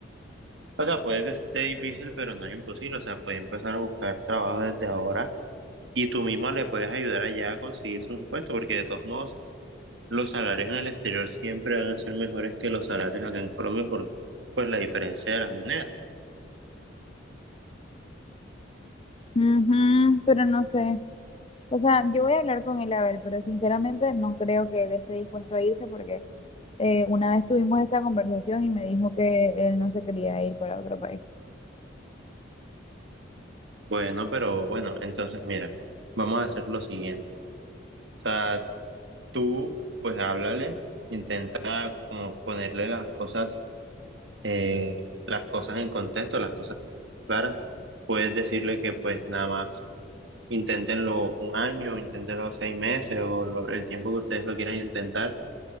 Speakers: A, on the right; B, on the left.
A: O sea, puede que esté difícil, pero no es imposible. O sea, puede empezar a buscar trabajo desde ahora y tú mismo le puedes ayudar allá a conseguirse un puesto, porque de todos modos los salarios en el exterior siempre van a ser mejores que los salarios acá en Colombia por pues, la diferencia de la moneda.
B: Ujú, pero no sé. O sea, yo voy a hablar con él a ver, pero sinceramente no creo que él esté dispuesto a irse porque eh, una vez tuvimos esta conversación y me dijo que él no se quería ir para otro país.
A: Bueno, pero bueno, entonces mira, vamos a hacer lo siguiente. O sea, tú pues háblale, intenta como ponerle las cosas, eh, las cosas en contexto, las cosas claras. Puedes decirle que pues nada más inténtenlo un año, inténtenlo seis meses o lo- el tiempo que ustedes lo quieran intentar